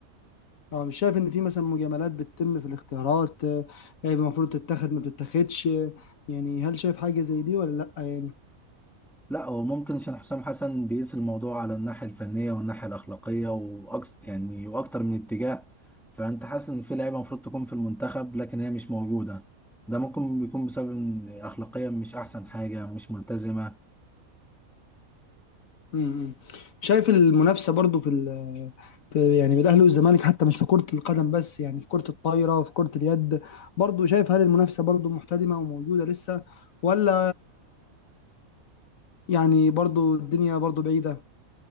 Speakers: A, on the left; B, in the centre.
A: اه مش شايف ان في مثلا مجاملات بتتم في الاختيارات آه، لعيبة المفروض تتاخد ما بتتاخدش آه، يعني هل شايف حاجة زي دي ولا لا يعني
B: لا هو ممكن عشان حسام حسن بيقيس الموضوع على الناحية الفنية والناحية الأخلاقية وأكس يعني وأكتر من اتجاه فأنت حاسس إن في لعيبة المفروض تكون في المنتخب لكن هي مش موجودة ده ممكن بيكون بسبب إن أخلاقيا مش أحسن حاجة مش ملتزمة
A: امم. شايف المنافسه برضو في, ال- في يعني بين الاهلي والزمالك حتى مش في كره القدم بس يعني في كره الطايره في كره اليد برضو شايف هل المنافسه برضو محتدمه وموجوده لسه ولا يعني برضو الدنيا برضو بعيده